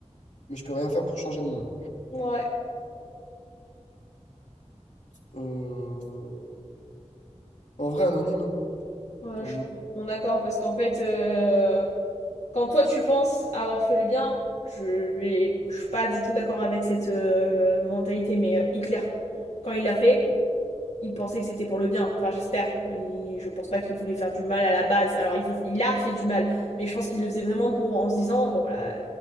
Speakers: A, on the left; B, on the left.
A: Mais je peux rien faire pour changer le monde.
B: Ouais,
A: Euh, En vrai, anonyme, hein.
B: ouais,
A: Anonyme,
B: je suis bon d'accord, parce qu'en fait, euh, quand toi tu penses avoir fait le bien, je vais, je suis pas du tout d'accord avec cette euh, mentalité, mais euh, Hitler, quand il l'a fait. il pensait que c'était pour le bien. Enfin, j'espère. Et je pense pas qu'il voulait faire du mal à la base. Alors, il veut- il a fait du mal, mais je pense qu'il le faisait vraiment pour en se disant, bon, voilà,